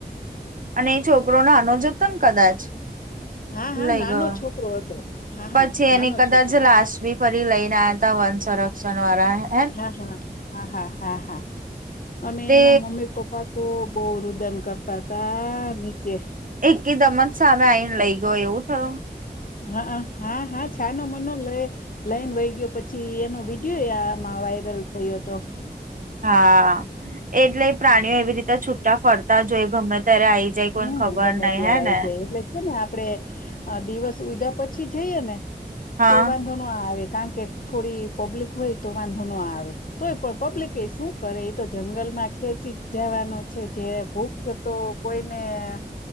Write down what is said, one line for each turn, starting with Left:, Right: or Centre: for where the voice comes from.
Right: અને એ છોકરો નાનોજ હતો ને કદાચ
Left: હા હા
Right: લઈ
Left: નાનો
Right: ગયો
Left: છોકરો હતો હા
Right: પછી
Left: હા નાનો
Right: એની કદાચ
Left: છોકરો
Right: લાશવી ફરી લઈને આયા હતા વન સંરક્ષણ વાળા એ
Left: હા હા હા હા હા હા અને
Right: તે
Left: એના મમ્મી પપ્પા તો બહુ રુદન કરતા હતા નીચે
Right: એકદમ જ સામે આઈને લઈ ગયો એવું થયું.
Left: હા હા હા છાનો મનો લે લઈન વહી ગયો પછી એનો વિડિયો એમાં વાયરલ થયો હતો.
Right: હા એટલે પ્રાણીઓ એવી રીતે છૂટા ફરતા જોઈ ગમે ત્યારે આઈ જાય કોઈને
Left: હમ
Right: ખબર
Left: ગમે
Right: નઈ
Left: ત્યારે
Right: હે
Left: આઈ
Right: ને
Left: જાય એટલે છે ને આપ આપડે દિવસ ઉગ્યા પછી જઈએ ને
Right: હા
Left: તો વા વાંધો ન આવે કારણ કે થોડી પબ્લિક હોય તો વાંધો ન આવે. તોય પણ પબ્લિક એ શું કરે એ તો જંગલમાં ખેંચી જવાનો છે જે ભૂખ તો કોઈને